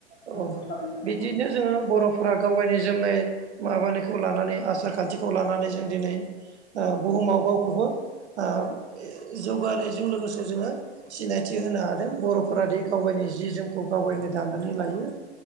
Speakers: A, on the right; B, on the left.
A: औ
B: नंगौ थारैनो नंगौ
A: बिदिनो जोङो बर'फ्रा गाव गायनि जोमनाय माबानायखौ लानानै आसार खान्थिखौ लानानै जों दिनै ओ बुहुमाव गावखौबो ओ जौगानायजों लोगोसे जोङो सिनायथि होनो हादों बर'फोरा दि गाव गायनि जि जोमखौ गाव गायनो दानानै लायो।